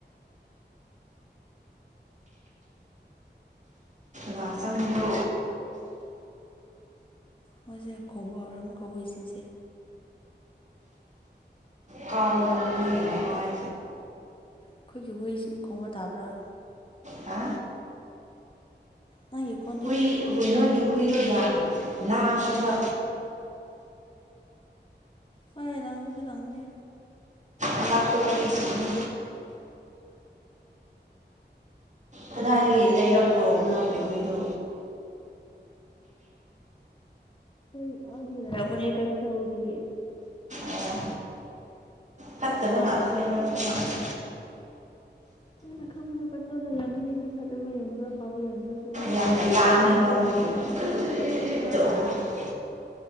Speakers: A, on the right; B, on the left.
A: ꯉꯥꯛꯇꯪꯂꯣ
B: ꯃꯣꯏꯁꯦ ꯈꯣꯡꯕ ꯍꯧꯔꯦ ꯑꯃꯨꯛꯀ ꯍꯨꯏꯁꯤꯡꯁꯦ
A: ꯀꯥꯡ ꯆꯤꯛꯑꯦ ꯅꯃꯥꯏ
B: ꯑꯩꯈꯣꯏꯒꯤ ꯍꯨꯏꯁꯤꯡ ꯈꯣꯡꯕ ꯇꯥꯕ꯭ꯔꯥ
A: ꯍꯥ
B: ꯃꯥꯒꯤ ꯈꯣꯟ
A: ꯍꯨꯏ ꯍꯨꯏ ꯅꯣꯏꯒꯤ ꯍꯨꯏꯗꯣ ꯌꯥꯝ ꯂꯥꯡꯉꯦꯕ
B: ꯍꯣꯏ ꯂꯥꯡꯕꯗꯤ ꯂꯥꯡꯕꯅꯦ
A: ꯑꯉꯥꯛꯄ ꯍꯨꯏꯁꯤꯡꯅꯤ ꯀꯗꯥꯏꯗꯒꯤ ꯂꯩꯔꯛꯄ꯭ꯔꯣ ꯅꯣꯏꯒꯤ ꯍꯨꯏꯗꯣ
B: ꯁꯤ ꯑꯅꯤ ꯂꯩꯔꯛꯄꯅꯦ ꯀꯩꯊꯦꯜꯗꯒꯤ
A: ꯑꯣ ꯐꯠꯇꯕ ꯉꯥꯛꯇ ꯂꯩꯔꯛꯄ ꯃꯥꯜꯂꯤ
B: ꯈꯣꯏꯅ ꯈꯪꯕ꯭ꯔꯣ ꯀꯩꯊꯦꯜꯗ ꯌꯣꯟꯕꯅꯤꯅ ꯐꯠꯇꯕ ꯌꯣꯟꯕ꯭ꯔꯥ ꯐꯥꯕ ꯌꯣꯟꯕ꯭ꯔꯥꯁꯨ ꯍꯣꯏ
A: ꯌꯥꯝꯅ ꯂꯥꯡꯉꯦꯕ
B: ꯄꯪꯂꯧꯗ
A: ꯅꯣꯏꯒꯤ
B: ꯂꯧꯔꯛꯄꯅꯦ
A: <unintelligible>